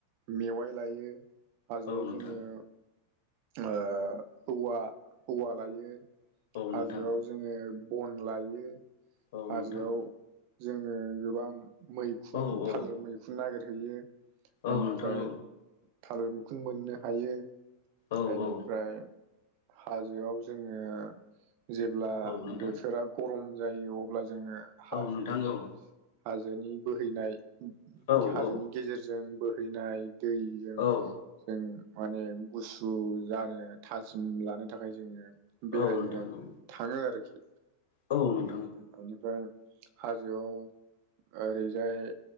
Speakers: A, on the right (about 45°); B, on the left (about 55°).
A: मेवाइ लायो हाजोआव
B: औ नोंथां
A: जोङो ओ औवा औवा लायो
B: औ
A: हाजोआव
B: नोंथां
A: जोङो बन लायो
B: औ
A: हाजोआव
B: नोंथां
A: जोङो गोबां मैखुन
B: औ औ
A: थालिर मैखुन नागिरहैयो
B: औ
A: बेनिफ्राय
B: नोंथां औ
A: थालिर मैखुन मोननो हायो
B: औ
A: एनिफ्राय
B: औ
A: हाजोआव जोङो जेब्ला
B: औ नोंथां
A: बोथोरा गरम जायो अब्ला जोङो हाजो
B: औ नोंथां औ
A: हाजोनि बोहैनाय
B: औ
A: हाजोनि
B: औ
A: गेजेरजों बोहैनाय दै जों
B: औ
A: जों माने गुसु जानो थाजिम लानो थाखाय जोङो बेरायनो
B: औ नोंथां औ
A: थाङो आरोखि
B: औ न
A: बेनिफ्राय हाजोआव ओरैजाय